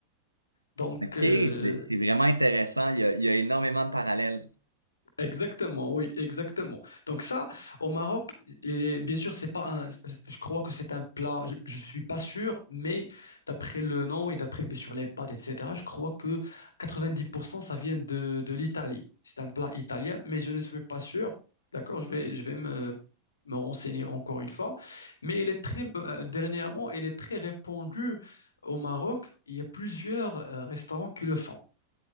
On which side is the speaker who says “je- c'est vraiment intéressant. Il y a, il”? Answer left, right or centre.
Right